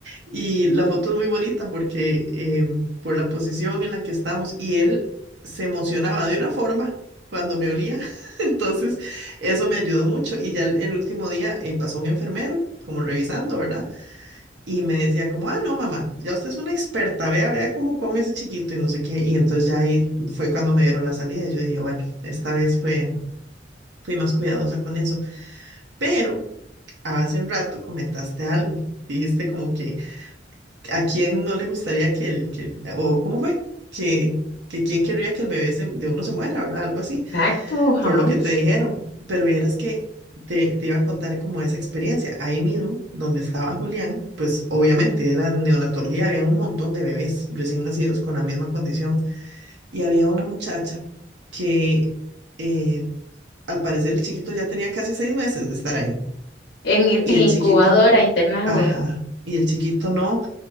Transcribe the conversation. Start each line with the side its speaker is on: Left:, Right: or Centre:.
Right: y la foto es muy bonita porque em, por la posición en la que estamos y él se emocionaba de una forma cuando me olía, <laughs> entonces eso me ayudó mucho y ya el, el último día eh, pasó un enfermero como revisando, ¿verdad? Y me decía como, ah, no, mamá, ya usted es una experta, vea, vea cómo come ese chiquito y no sé qué. Y entonces ya ahí fue cuando me dieron la salida. Yo dije, bueno, esta vez fue, fui más cuidadosa con eso. Pero hace un rato comentaste algo. Dijiste como que a quién no le gustaría que el, que el- o cómo fue, que, que quién querría que el bebé se- de uno se muera, ¿verdad? Algo así
Left: Exacto, jamás.
Right: por lo que te dijeron, pero vieras que te, te iba a contar como esa experiencia. Ahí mismo, donde estaba Julián, pues obviamente era neonatología, había un montón de bebés recién nacidos con la misma condición y había una muchacha que eh, al parecer el chiquito ya tenía casi seis meses de estar ahí
Left: En, in-
Right: y
Left: en
Right: el
Left: incubadora,
Right: chiquito no,
Left: internado,
Right: ajá, y el chiquito no